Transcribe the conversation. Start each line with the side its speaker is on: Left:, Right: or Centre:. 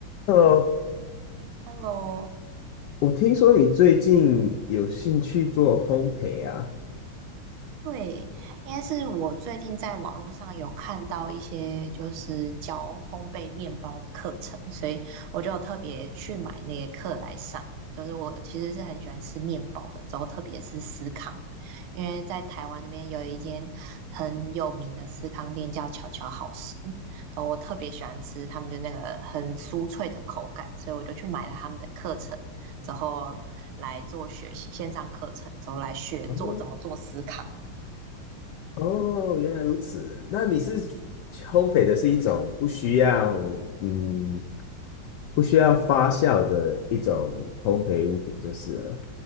Left: Hello，
Right: Hello，
Left: 我听说你最近有兴趣做烘焙啊？
Right: 对，应该是我最近在网络上有看到一些就是教烘焙面包的课程，所以我就有特别去买那些课来上。就是我其实是很喜欢吃面包的，之后特别是司康，因为在台湾那边有一间很有名的司康店叫巧巧好食，然后我特别喜欢吃他们的那个很酥脆的口感，所以我就去买了他们的课程，之后来做学习线上课程，之后来学做怎么做司康。
Left: 哦，哦，原来如此。那你是
Right: 对，
Left: 烘焙的是一种不需要，嗯，不需要发酵的一种烘焙物品就是了，